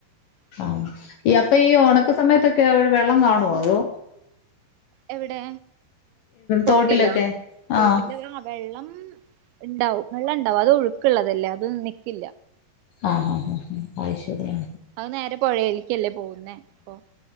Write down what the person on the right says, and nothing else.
പോണം
എവിടെ തോട്ടിലാ
തോട്ടിൻ്റെ
ആ വെള്ളം ഇണ്ടാവും വെള്ള ഇണ്ടാവും അതൊഴുക്കള്ളതല്ലേ അത് നിക്കില്ല
അത് നേരെ പോഴേല്ക്കല്ലേ പോവ്ന്നേ അപ്പൊ